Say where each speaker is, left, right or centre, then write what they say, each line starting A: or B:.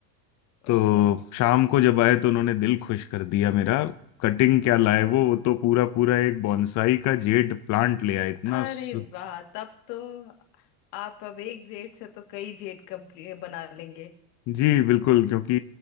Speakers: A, on the left (about 35°); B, on the left (about 75°).
A: तो
B: ओके
A: शाम को जब आए तो उन्होंने दिल खुश कर दिया मेरा कटिंग क्या लाए वो वो तो पूरा पूरा एक बॉन्साई का जेड प्लांट ले आए इतना
B: अरे
A: सु-
B: वाह तब तो आप अब एक जेड से तो कई जेड कंप्लीट बना लेंगे
A: जी बिल्कुल क्योंकि